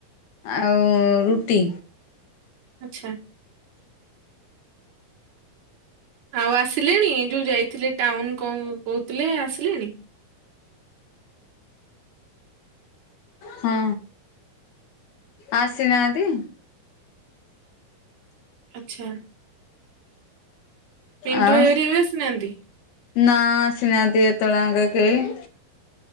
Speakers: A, on the left; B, on the right.
A: ଆଉ ରୁଟି।
B: ଆଚ୍ଛା। ଆଉ ଆସିଲେଣି ଯୋଉ ଯାଇଥିଲେ ଟାଉନ ଙ୍କୁ କହୁଥିଲେ ଆସିଲେଣି।
A: ହଁ ଆସିନାହାନ୍ତି।
B: ଆଚ୍ଛା। ପିଣ୍ଟୁ
A: ଆଉ
B: ଭାଇ ହରିଆ ଆସିନାହାନ୍ତି।
A: ନା ଆସିନାହାନ୍ତି ଏତେବେଳେ ଆଙ୍କେ କେହି।